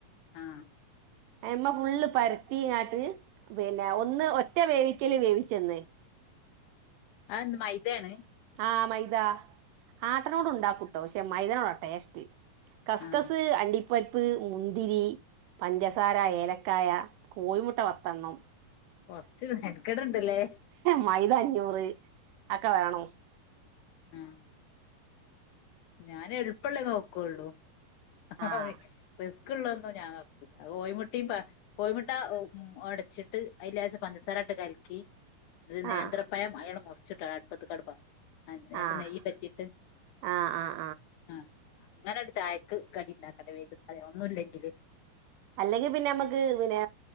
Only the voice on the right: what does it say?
അമ്മ ഫുള്ള് പരത്തിങ്ങാട്ട് പിന്നെ ഒന്ന് ഒറ്റ വേവിക്കല് വേവിച്ചന്ന്
ആഹ മൈദ ആട്ടനോട് ഉണ്ടാക്കൂട്ടോ പക്ഷെ മൈദനോടോ ട്ടെസ്റ്റ് കസ്കസ്
അണ്ടിപ്പ ഉപ്പരിപ്പ് മുന്തിരി പഞ്ചസാര ഏലക്കായ കോഴിമുട്ട വത്തെണ്ണം
മൈതാഞ്ഞൂറ് ഒക്കെ വേണോ
ആഹ്
ആഹ്
ആഹ്
ആഹ് ആഹ്
അല്ലെങ്കിൽ പിന്നെ നമ്മുക്ക് പിന്നെ